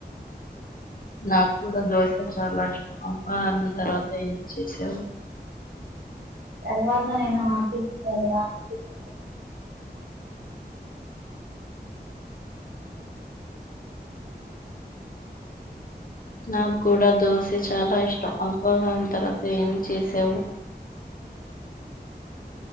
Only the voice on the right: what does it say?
తర్వాత నేను ఆఫీసుకు వెళ్ళడానికి సిద్ధమ